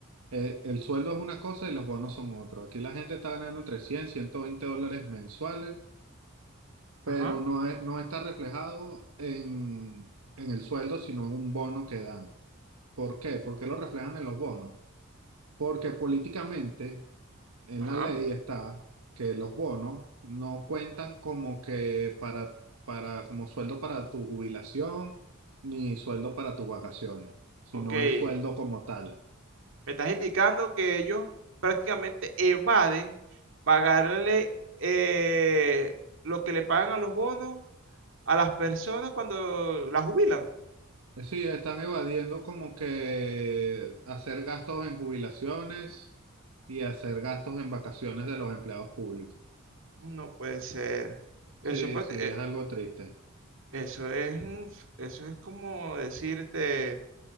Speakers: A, on the right; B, on the right.
A: eh, el sueldo es una cosa y los bonos son otros. Aquí la gente está ganando entre 100 y 120 dólares mensuales pero
B: Ajá,
A: no, es- no está reflejado en, en el sueldo, sino en un bono que dan. ¿Por qué? ¿Por qué lo reflejan en los bonos? Porque políticamente en
B: ajá.
A: la ley está que los bonos no cuentan como que para, para, como sueldo para tu jubilación ni sueldo para tus vacaciones, sino
B: Ok. Me
A: el sueldo como tal.
B: estás indicando que ellos prácticamente evaden pagarle eh, lo que le pagan a los bonos a las personas cuando las jubilan.
A: Sí, están evadiendo como que hacer gastos en jubilaciones y hacer gastos en vacaciones de los empleados públicos.
B: No puede ser. Eso,
A: Sí,
B: es prácti-
A: sí,
B: eh,
A: es algo triste.
B: eso es, mm, eso es como decirte,